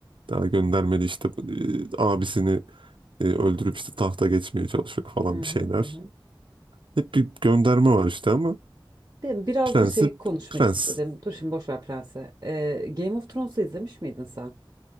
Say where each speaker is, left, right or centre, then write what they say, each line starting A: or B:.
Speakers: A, on the right; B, on the right.
A: daha göndermeli işte eee, abisini e, öldürüp işte tahta geçmeye çalışıyor falan
B: hı
A: bir
B: hı,
A: şeyler.
B: hı hı.
A: Hep bir gönderme var işte ama
B: Ben biraz
A: prensip
B: da şey konuşmak
A: prens.
B: istedim. Dur şimdi boş ver Prens'e. Ee, Game of Thrones'u izlemiş miydin sen?